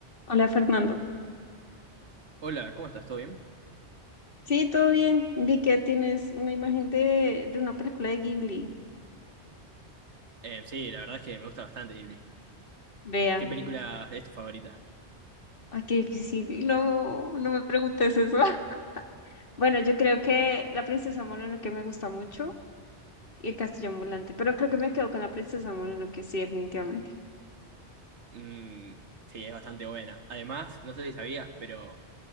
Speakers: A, on the left; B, on the right.
A: Hola Fernando.
B: Hola, ¿cómo estás? ¿Todo bien?
A: Sí, todo bien. Vi que tienes una imagen de, de una película de Ghibli.
B: Eh, sí, la verdad es que me gusta bastante Ghibli.
A: Vea.
B: ¿Qué película es tu favorita?
A: Ay, qué difícil. No, no me preguntes eso. <laughs> Bueno, yo creo que La Princesa Mononoke me gusta mucho y El Castillo Ambulante, pero creo que me quedo con La Princesa Mononoke, sí, definitivamente.
B: Mm, sí, es bastante buena. Además, no sé si sabías, pero